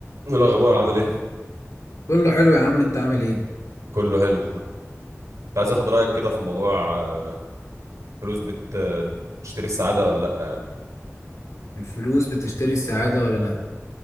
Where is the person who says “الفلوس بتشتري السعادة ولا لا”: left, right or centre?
Left